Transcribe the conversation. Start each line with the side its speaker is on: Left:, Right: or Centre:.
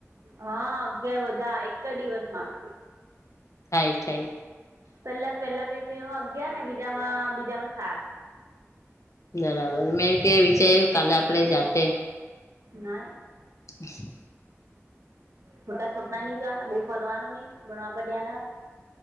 Right: હા અગયાર વધા એક જ દિવસમાં
Left: થ થઈ
Right: પેલા પેલા બે પીજામાં અગિયાર ને બીજામાં બીજામાં ચાર
Left: બરાબર મેં કે વિચાર્યું કાલે આપડે જાતે
Right: નાઈ
Left: હ.
Right: મોટા સપના નહીં જો બહુ ફરવાનું નહીં ભણવા પડ્યાના.